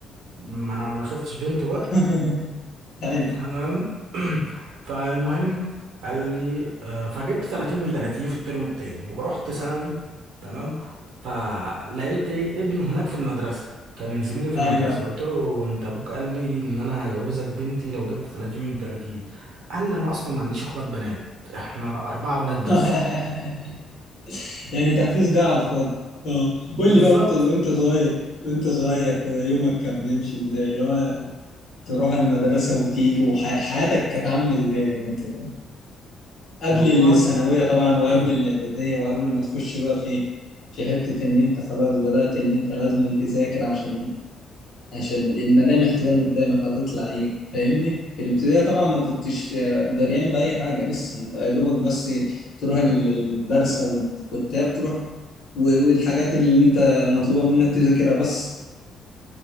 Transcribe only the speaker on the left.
<laughs> ايوه
ايوه
<laughs> يعني تحفيز جه على الفاضي اه
قول لي بقى وانت وانت صغير وانت صغير كده يومك كان بيمشي ازاي اللي هو تروح المدرسة وتيجي وحياتك كانت عاملة ازاي وانت صغير؟ قبل
الثانوية طبعا وقبل
الإعدادية وقبل ما تخش بقى في في حتة إن أنت خلاص بدأت إن أنت لازم تذاكر عشان عشان الملامح تبان قدامك هتطلع ايه فاهمني في الابتدائي طبعا ما كنتش آه، دريان بأي حاجة لسه انت يا دوبك بس تروح ال- الدرس او الكتاب تروح و- والحاجات اللي انت مطلوبة منك تذاكرها بس